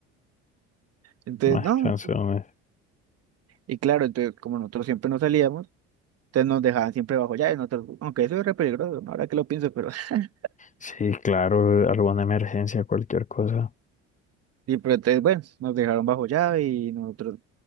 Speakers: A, on the right (about 50°); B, on the left (about 25°).
A: <laughs> Entonces,
B: más
A: no.
B: canciones.
A: Y claro, entonces como nosotros siempre nos salíamos, entonces nos dejaban siempre bajo llave, nosotros, aunque eso es re peligroso, ¿no? Ahora que lo pienso, pero <laughs>
B: Sí, claro, alguna emergencia, cualquier cosa.
A: sí, pero entonces bueno, nos dejaron bajo llave y nosotros,